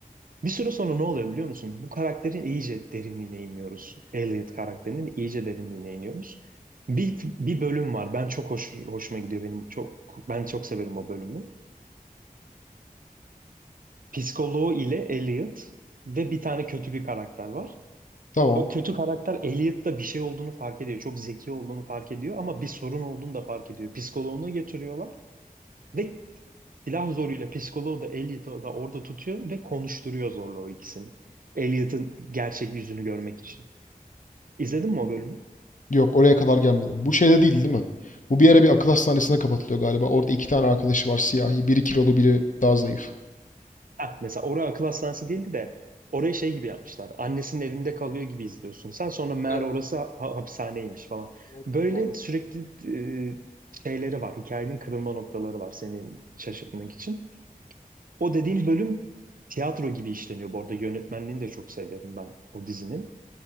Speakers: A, on the right; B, on the left.
A: Bir süre sonra ne oluyor biliyor musun? Bu karakterin iyice derinliğine iniyoruz. Elliot karakterinin iyice derinliğine iniyoruz. Bir bir bölüm var. Ben çok hoş, hoşuma gidiyor benim. Çok ben çok severim o bölümü. Psikoloğu ile Elliot ve bir tane kötü bir karakter var.
B: Tamam.
A: O kötü karakter Elliot'ta bir şey olduğunu fark ediyor. Çok zeki olduğunu fark ediyor ama bir sorun olduğunu da fark ediyor. Psikoloğunu getiriyorlar. Ve silah zoruyla psikoloğu da Elliot'ı da orada tutuyor ve konuşturuyor zorla o ikisini. Elliot'ın gerçek yüzünü görmek için. İzledin mi o bölümü?
B: Yok oraya kadar gelmedim. Bu şeyde değil değil mi? Bu bir ara bir akıl hastanesine kapatılıyor galiba. Orada iki tane arkadaşı var siyahi. Biri kilolu biri daha zayıf.
A: Heh, mesela oraya akıl hastanesi değildi de orayı şey gibi yapmışlar. Annesinin evinde kalıyor gibi izliyorsun. Sen sonra meğer
B: Evet, evet.
A: orası ha- hapishaneymiş falan.
B: Doğru,
A: Böyle
B: doğru.
A: sürekli e, şeyleri var. Hikayenin kırılma noktaları var senin şaşırtmak için. O dediğim bölüm tiyatro gibi işleniyor. Bu arada yönetmenliğini de çok severim ben o dizinin.